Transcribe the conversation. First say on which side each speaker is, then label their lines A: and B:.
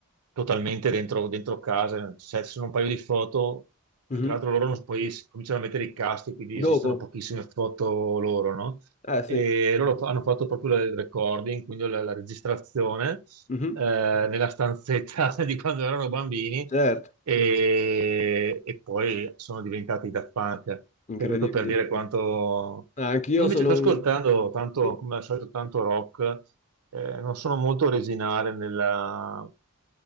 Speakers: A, on the right (about 80°); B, on the left (about 30°).
A: totalmente dentro, dentro casa. Cioè, ci sono un paio di foto,
B: Mhm.
A: che tra l'altro loro non- poi si- cominciano a mettere i caschi, quindi esistono
B: Dopo?
A: pochissime foto loro, no?
B: Eh sì,
A: e loro fa- hanno fatto proprio il recording, quindi la, la registrazione
B: Mhm.
A: eh, nella stanzetta <laughs> di quando erano bambini
B: Certo,
A: e, e poi sono diventati Daft Punk.
B: incredibili.
A: E questo per dire quanto...
B: Ah, Anch'io
A: E Invece
B: sono
A: sto ascoltando
B: un...
A: tanto,
B: sì?
A: come al solito, tanto rock, eh, non sono molto originale nella...